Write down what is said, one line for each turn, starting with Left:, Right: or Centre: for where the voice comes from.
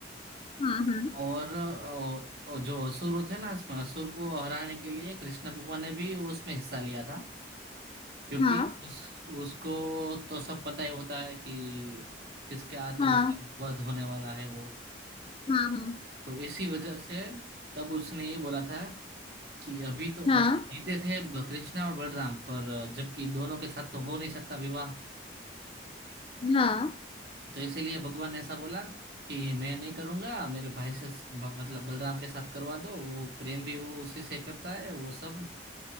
Left: हाँ
Right: और अ, अ, जो असुर थे ना इसमें असुर को हराने के लिए कृष्ण भगवान ने भी उसमें हिस्सा लिया था क्योंकि
Left: हाँ
Right: उस, उसको तो सब पता ही होता है कि किसके हाथ
Left: हाँ
Right: उसका वध होने वाला है वो
Left: हाँ
Right: तो इसी वजह से तब उसने ये बोला था कि अभी तो मतलब
Left: हाँ हाँ
Right: जीते थे ब- कृष्णा और बलराम पर अ, जबकि दोनों के साथ तो हो नहीं सकता विवाह
Left: हाँ हाँ हाँ
Right: तो इसीलिए भगवान ने ऐसा बोला कि मैं नहीं करूंगा मेरे भाई से ब- मतलब बलराम के साथ करवा दो वो प्रेम भी वो उसी से करता है वो सब